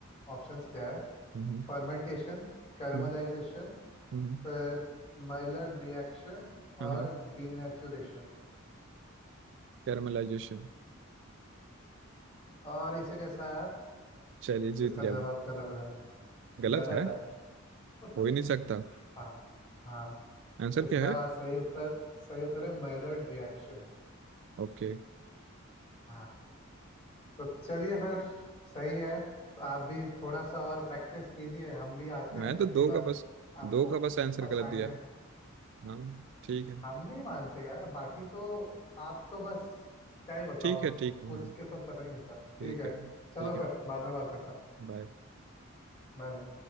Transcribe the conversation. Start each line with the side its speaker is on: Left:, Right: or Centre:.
Left: ऑप्शंस क्या है
Right: हम्म। हम्म।
Left: फर्मेंटेशन कैरमलाइजेशन
Right: हम्म, हम्म,
Left: फिर माइलर्ड रिएक्शन
Right: हाँ
Left: और
Right: हाँ
Left: डिनेचुरेशन
Right: कैरमलाइजेशन
Left: और इसी के साथ
Right: चलिए जीत
Left: इसका
Right: गया
Left: जवाब
Right: मैं
Left: कदम है
Right: गलत
Left: गलत
Right: है
Left: है <laughs>
Right: हो ही नहीं सकता
Left: हाँ हाँ
Right: आंसर
Left: इसका
Right: क्या है
Left: सही उत्तर सही उत्तर है माइलर्ड रिएक्शन
Right: ओके
Left: हाँ तो चलिए फिर सही है तो आप भी थोड़ा सा और प्रैक्टिस कीजिए हम भी आते
Right: मैं
Left: हैं
Right: तो
Left: अगली
Right: दो
Left: बार
Right: का बस
Left: आपको
Right: दो का बस आंसर
Left: पछाड़ने
Right: गलत दिया हाँ ठीक है
Left: हम नहीं मानते यार बाकी तो आप तो बस क्या ही बताऊं
Right: ठीक है ठीक है
Left: कुछ
Right: हाँ
Left: के तो पता ही नहीं था ठीक
Right: ठीक
Left: है
Right: है ठीक
Left: चलो
Right: है
Left: फिर बाद में बात करता
Right: बाय
Left: Bye bye